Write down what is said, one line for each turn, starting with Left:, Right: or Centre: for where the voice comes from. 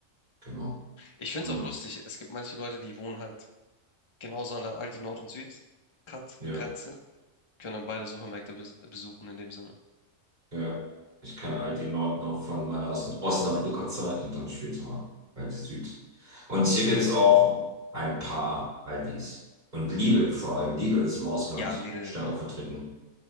Right: Genau.
Left: Ich finde
Right: Hm.
Left: es auch lustig. Es gibt manche Leute, die wohnen halt genauso an der Aldi Nord und Süd Cut
Right: Ja.
Left: Grenze, können dann beide Supermärkte bes besuchen in dem Sinne.
Right: Ja, ich kenne all die Nord noch von meiner Osn- Osnabrücker Zeit und dann später mal Aldi Süd. Und hier gibt es auch ein paar Aldis. Und Lidl, vor allem Lidl ist im Ausland
Left: Ja, Lidl
Right: stärker vertreten.